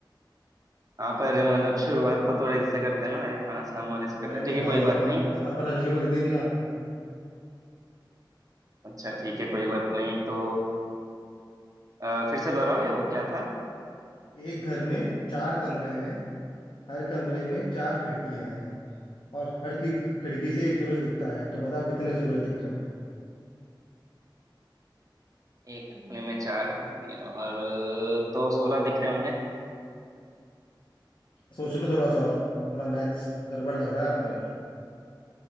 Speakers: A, on the right; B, on the left.
A: हाँ पर मतलब शुरुआत तो थोड़े इससे करते हैं ना ये आसान वाले से करते
B: नहीं
A: हैं
B: नहीं
A: ठीक है
B: भाई
A: कोई बात
B: अपन
A: नहीं
B: अपन हल्के में लेते नहीं आपको
A: अच्छा ठीक है कोई बात नहीं तो अ, फिर से दोहराओगे वो क्या था
B: एक घर में चार कमरे हैं हर कमरे में चार खिड़कियां हैं और हर की खिड़की से एक सूरज दिखता है तो बताओ कितने सूरज दिख रहे हैं
A: एक कमरे में चार खिड़कियां और तो सोलह दिख रहे होंगे
B: सोच लो थोड़ा सा और थोड़ा मैथ्स गड़बड़ लग रहा है आपका मेरे